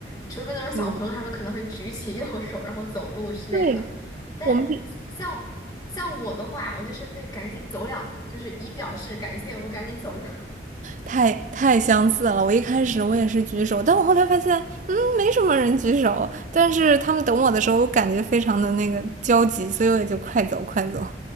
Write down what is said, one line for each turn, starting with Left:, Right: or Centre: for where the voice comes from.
Left: 除非那种小朋友，
Right: 嗯
Left: 他们可能会举起 <laughs> 右手然后走路之类的。
Right: 对，
Left: 但像像我的话，
Right: 我们这
Left: 我就是会赶紧走两步，就是以表示感谢，我赶紧走掉。<laughs>
Right: 太太相似了。我一开始我也是举手，但我后来发现，嗯，没什么人举手。但是他们等我的时候，我感觉非常的那个焦急，所以我也就快走快走，